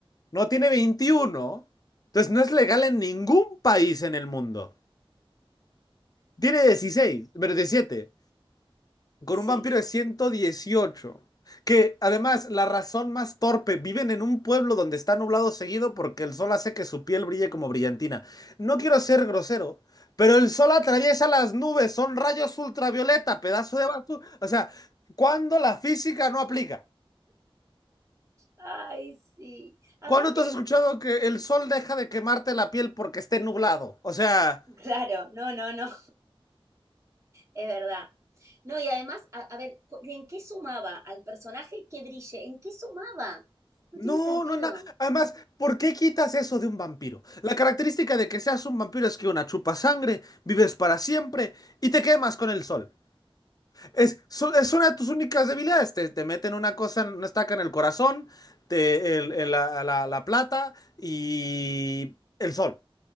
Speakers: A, on the left; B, on the right.
A: no tiene 21, Entonces, no es legal en ningún país en el mundo. Tiene 16, pero 17? Con
B: Sí.
A: un vampiro de 118, Que además, la razón más torpe, viven en un pueblo donde está nublado seguido porque el sol hace que su piel brille como brillantina. No quiero ser grosero, pero el sol atraviesa las nubes, son rayos ultravioleta, pedazo de basura. O sea, ¿cuándo la física no aplica?
B: Ay, sí. Aparte,
A: ¿Cuándo tú has escuchado que el sol deja de quemarte la piel porque esté nublado? O sea,
B: claro, no, no, no. Es verdad. No, y además, a, a ver, co- ¿en qué sumaba al personaje que brille? ¿En qué sumaba? No
A: No,
B: tiene sentido.
A: no, no. Además, ¿por qué quitas eso de un vampiro? La característica de que seas un vampiro es que una chupa sangre, vives para siempre y te quemas con el sol. Es, so- es una de tus únicas debilidades. Te, te meten una cosa, una estaca en el corazón, te, el- el- la, la- la plata y el sol.